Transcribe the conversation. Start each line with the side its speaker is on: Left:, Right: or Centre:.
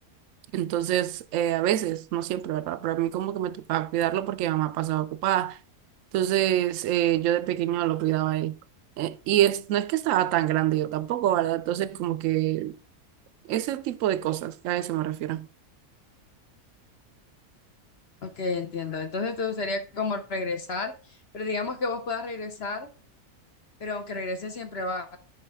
Right: Entonces, eh, a veces, no siempre, ¿verdad? Pero a mí como que me tocaba cuidarlo porque mi mamá pasaba ocupada. Entonces, eh, yo de pequeño lo cuidaba a él. Eh, y es, no es que estaba tan grande yo tampoco, ¿verdad? Entonces, como que ese tipo de cosas, a eso me refiero.
Left: Ok, entiendo. Entonces te gustaría como regresar, pero digamos que vos puedas regresar, pero aunque regreses siempre va,